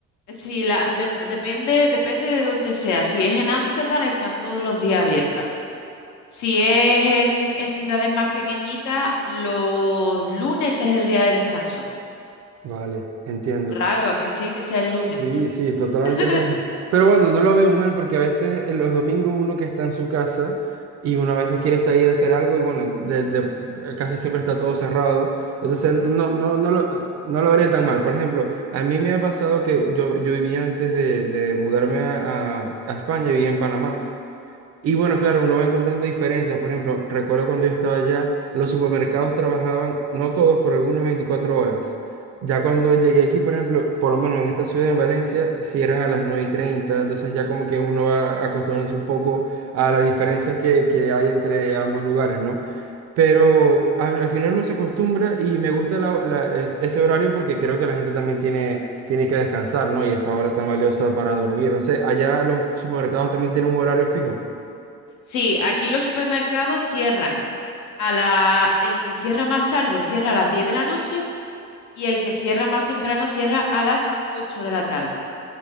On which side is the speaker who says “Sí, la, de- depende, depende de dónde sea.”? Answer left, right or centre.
Left